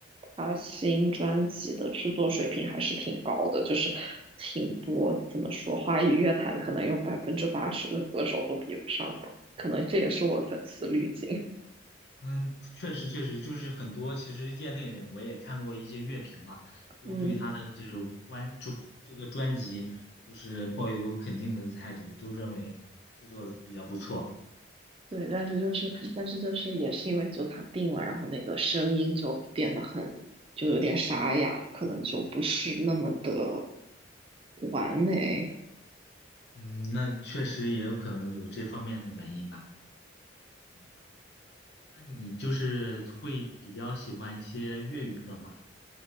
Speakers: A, on the right; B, on the left.
A: 他新专辑的制作水平还是挺高的，就是挺多，怎么说，华语乐坛可能有百分之八十的歌手都比不上吧。可能这也是我粉丝滤镜。
B: 嗯，确实确实，就是很多其实业内人我也看过一些乐评嘛，都对他的这种关注这个专辑就是抱有肯定的态度，
A: 嗯，
B: 都认为制作的比较不错。
A: 对，但是就是，但是就是也是因为就他病了，然后那个声音就变得很，就有点沙哑，可能就不是那么的完美。
B: 嗯，那确实也有可能有这方面的原因吧。嗯，那你就是会比较喜欢一些粤语歌吗？